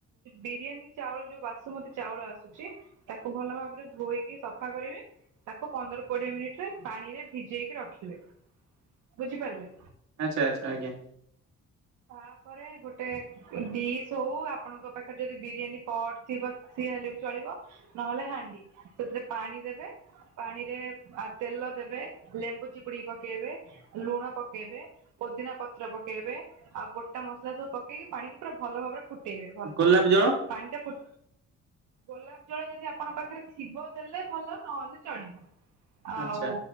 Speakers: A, on the right (about 80°); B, on the right (about 65°).
A: ବିରିୟାନୀ ଚାଉଳ ଯୋଉ ବାସୁମତୀ ଚାଉଳ ଆସୁଛି ତାକୁ ଭଲ ଭାବରେ ଧୋଇକି ସଫା କରିବେ ଟି ତାକୁ ପନ୍ଦର କୋଡିଏ ମିନିଟରେ ପାଣିରେ ଭିଜେଇକି ରଖିବେ ବୁଝିପାରିଲେ।
B: ଆଛା ଆଛା ଆଜ୍ଞା।
A: ତାପରେ ଗୋଟେ ଦିଶ ହଉ ଆପଣଙ୍କ ପାଖରେ ଯଦି ବିରିୟାନୀ ପଟ ଥିବ ସିଏ ହେଲେ ବି ଚଳିବ। ନହେଲେ ହାଣ୍ଡି ସେଥିରେ ପାଣି ଦେବେ। ପାଣିରେ ଆ ତେଲ ଦେବେ ଲେମ୍ବୁ ଚିପୁଡିକି ପକେଇବେ। ଲୁଣ ପକେଇବେ ପୋଦିନା ପତ୍ର ପକେଇବେ। ଆଉ ଗୋଟା ମସଲା ସବୁ ପକେଇକି ପାଣିକୁ ପୁରା ଭଲ ଭାବରେ ଫୁଟେଇବେ ଭଲସେ
B: ଗୋଲାପ ଜଳ
A: ପାଣି ଟାଫୁ ଗୋଲାପ ଜଳ ଯଦି ଆପଣଙ୍କ ପାଖେରେ ଥିବ ଦେଲେ ଭଲ ନହେଲେ ଚଳିବ। ଆଉ
B: ଆଚ୍ଛା